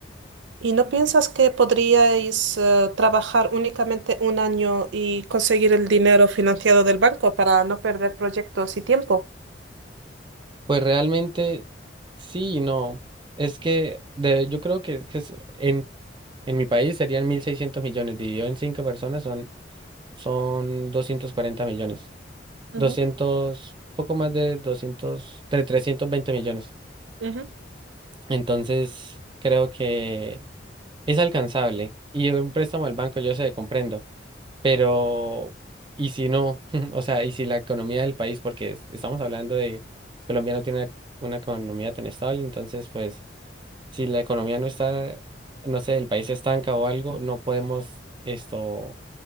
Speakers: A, on the right; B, on the right.
A: ¿Y no piensas que podríais eh, trabajar únicamente un año y conseguir el dinero financiado del banco para no perder proyectos y tiempo?
B: Pues realmente sí y no. Es que de, yo creo que, que es- en, en mi país serían 1.600 millones, dividido en cinco personas son, son doscientos cuarenta millones.
A: Ujú,
B: doscientos poco más de doscientos de 320 millones.
A: ujú.
B: Entonces, creo que es alcanzable. Y un préstamo del banco, yo sé, comprendo. Pero, ¿y si no? <laughs> O sea, ¿y si la economía del país, porque es- estamos hablando de Colombia no tiene una economía tan estable, entonces, pues, si la economía no está, no sé, el país se estanca o algo, no podemos esto